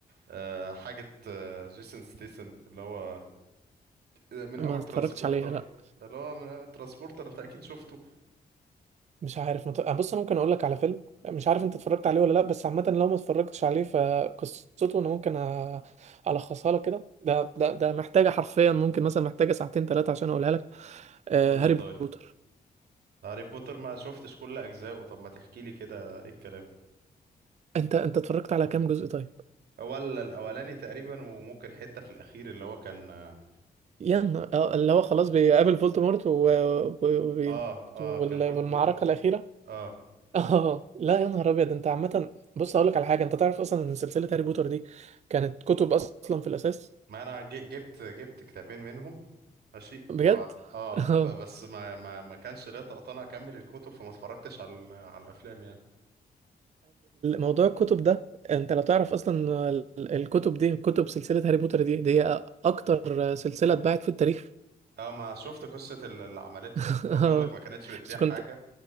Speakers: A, on the right; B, on the right.
A: آه، حاجة آه، جيسون ستيسن اللي هو آه، من
B: ما
A: أول
B: اتفرجتش
A: ترانسبورتر
B: عليها لا
A: اللي هو من أول ترانسبورتر أنت أكيد شفته
B: مش عارف مت... آه، بص انا ممكن اقول لك على فيلم مش عارف انت اتفرجت عليه ولا لا بس عامه لو ما اتفرجتش عليه فقصته انا ممكن أ- الخصها لك كده ده ده ده محتاجه حرفيا ممكن مثلا محتاجه ساعتين ثلاثه عشان اقولها لك آه
A: قول
B: هاري
A: لي طيب
B: بوتر
A: هاري بوتر ما شفتش كل أجزائه طب ما تحكي لي كده إيه الكلام
B: انت انت اتفرجت على كام جزء طيب
A: هو ال- الأولاني تقريبا وممكن حتة في الأخير اللي هو كان آه
B: يعني اللي هو خلاص بيقابل فولدمورت و... و... و...
A: آه آه،
B: وال-
A: كان فولت
B: والمعركه
A: مورتل
B: الاخيره
A: آه
B: اه لا يا نهار ابيض انت عامه بص اقول لك على حاجه انت تعرف اصلا ان سلسله هاري بوتر دي كانت كتب اصلا في الاساس
A: ما أنا ج- جبت جبت كتابين منهم ماشي
B: بجد
A: هو
B: <laughs>
A: آه
B: اه
A: ب- بس ما ما ما كانش ليا طاقة أنا أكمل الكتب فما اتفرجتش على ال- على الأفلام يعني
B: موضوع الكتب ده انت لو تعرف اصلا ال- الكتب دي كتب سلسله هاري بوتر دي دي اكتر سلسله اتباعت في التاريخ
A: اه ما شفت قصة ال- اللي عملتهم
B: <laughs>
A: هو بيقولك
B: اه
A: ما كانتش بتبيع
B: بس
A: حاجة
B: كنت